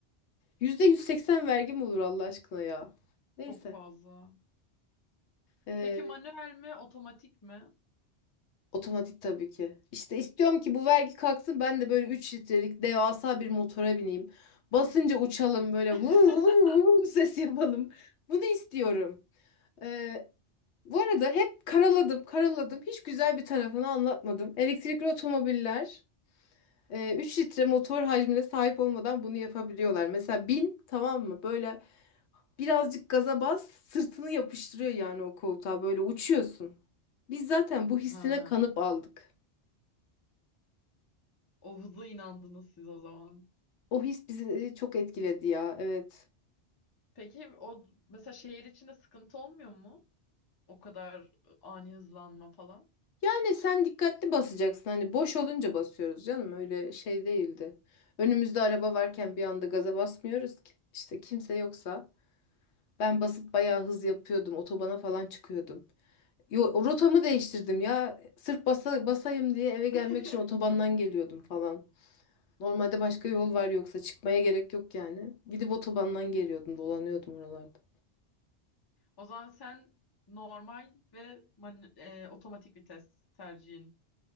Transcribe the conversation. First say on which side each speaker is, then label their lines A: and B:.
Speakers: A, on the left (about 75°); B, on the left (about 25°).
A: %180 vergi mi olur Allah aşkına ya? Neyse.
B: Çok fazla.
A: E,
B: Peki manuel mi, otomatik mi?
A: Otomatik tabii ki. İşte istiyorum ki bu vergi kalksın ben de böyle 3 litrelik devasa bir motora bineyim. Basınca uçalım böyle
B: <laughs>
A: vuv vuv vuv ses yapalım. Bunu istiyorum. Ee, bu arada hep karaladım karaladım. Hiç güzel bir tarafını anlatmadım. Elektrikli otomobiller e, 3 litre motor hacmine sahip olmadan bunu yapabiliyorlar. Mesela bin tamam mı? Böyle birazcık gaza bas sırtını yapıştırıyor yani o koltuğa böyle uçuyorsun. Biz zaten bu hissine
B: Ha,
A: kanıp aldık.
B: o hıza inandınız siz o zaman.
A: O his bizi e, çok etkiledi ya. Evet.
B: Peki o mesela şehir içinde sıkıntı olmuyor mu? O kadar ıı, ani hızlanma falan.
A: Yani sen dikkatli basacaksın. Hani boş olunca basıyoruz canım. Öyle şey değildi. Önümüzde araba varken bir anda gaza basmıyoruz ki. İşte kimse yoksa ben basıp bayağı hız yapıyordum. Otobana falan çıkıyordum. Yo, rotamı değiştirdim ya. Sırf basa, basayım diye eve gelmek
B: <laughs>
A: için otobandan geliyordum falan. Normalde başka yol var yoksa çıkmaya gerek yok yani. Gidip otobandan geliyordum, dolanıyordum oralarda.
B: O zaman sen normal ve man- e, otomatik vites tercihin.